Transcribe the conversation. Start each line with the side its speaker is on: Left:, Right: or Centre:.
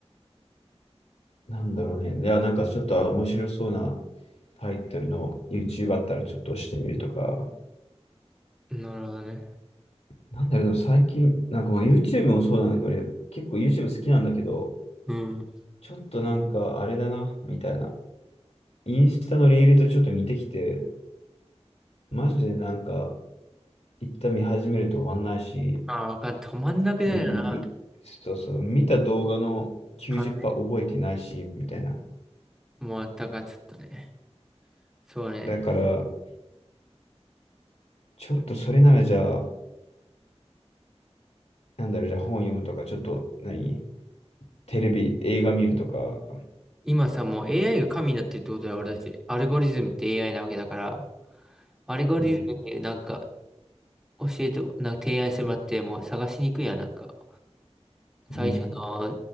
Left: なんだろうね。では、なんかちょっと面白そうなタイトルの YouTube あったらちょっと押してみるとか。
Centre: なるほどね。
Left: なんだろう、でも最近、なんかまあ YouTube もそうなんだけど、俺結構 YouTube 好きなんだけど、
Centre: うん。
Left: ちょっとなんかあれだな、みたいな。インスタのリールとちょっと似てきて、マジでなんか一旦見始めると終わんないし、
Centre: ああ、わかんない、止まんなくなるよな。
Left: み、みそうそう、見た動画の90%
Centre: 考
Left: 覚えてないし、みたいな。
Centre: えもう、だからちょっとね。そうね。
Left: だから、ちょっとそれならじゃあ、なんだろう、じゃあ本読むとか、ちょっと何、テレビ、映画見るとか、
Centre: 今さ、もう AI が神になってるってことだよ、俺たち。アルゴリズムって AI なわけだから、アルゴリズムでなんか
Left: うん、
Centre: 教えて、なんか提案してもらって、もう探しにくいやん、なんか。
Left: うん、
Centre: 最初の